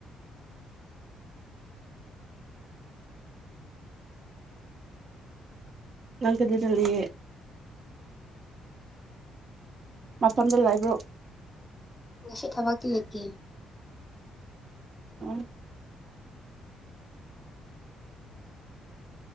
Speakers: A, on the right; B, on the left.
A: ꯉꯪ ꯀꯗꯤ ꯇ ꯂꯩꯑꯦ ꯃꯐꯝꯗꯨ ꯂꯥꯏꯕ꯭ꯔꯣ
B: ꯉꯁ ꯊꯕꯀꯤ ꯂꯩꯇ
A: ꯑꯣ